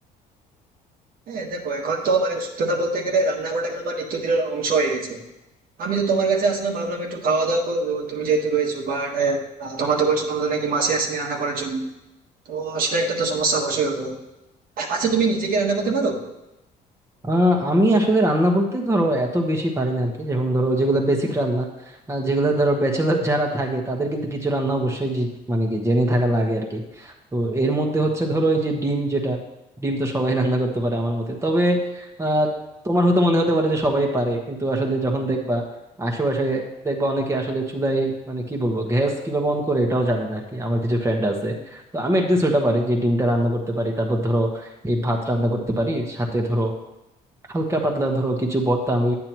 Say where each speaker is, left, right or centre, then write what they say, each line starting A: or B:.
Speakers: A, on the right; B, on the right.
A: হ্যাঁ দেখো এখন তো মানে সত্যি কথা বলতে গেলে রান্নাঘরটা এখন আমার নিত্যদিনের অংশ হয়ে গেছে আমি তো তোমার কাছে আসলাম ভাবলাম একটু খাওয়া দাওয়া করবো তুমি যেহেতু রয়েছো বাট তোমার তো বলছো তোমাদের নাকি মাসি আসেনি রান্না করার জন্য তো সেটা একটা তো সমস্যা অবশ্যই হবে আচ্ছা তুমি নিজে কি রান্না করতে পারো
B: আহ আমি আসলে রান্না বলতে ধরো এত বেশি পারি না আরকি যেমন ধরো যেগুলো বেসিক রান্না আহ, যেগুলো ধরো ব্যাচেলার যারা থাকে তাদের কিন্তু কিছু রান্না অবশ্যই জি- মানে কি জেনে থাকা লাগে আর কি তো এর মধ্যে হচ্ছে ধরো এই যে ডিম যেটা ডিম তো সবাই <laughs> রান্না করতে পারে আমার মতে তবে আহ তোমার হয়তো মনে হতে পারে যে সবাই পারে কিন্তু আসলে যখন দেখবা আশেপাশে দেখবা অনেকে আসলে চুলায় মানে কি বলবো গ্যাস কিভাবে অন করে এটাও জানে না আর কি আমার কিছু ফ্রেন্ড আছে তো আমি একদিন ওটা পারি যে ডিমটা রান্না করতে পারি তারপর ধরো এই ভাত রান্না করতে পারি সাথে ধরো হালকা পাতলা ধরো কিছু ভর্তা আমি